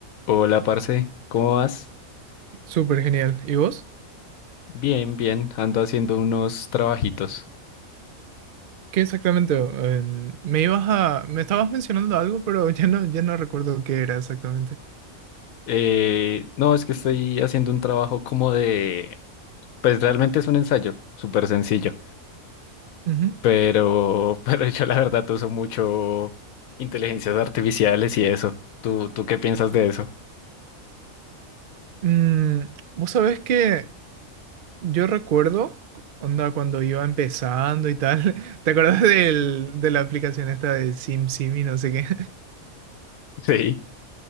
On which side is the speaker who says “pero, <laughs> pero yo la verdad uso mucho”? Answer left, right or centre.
Left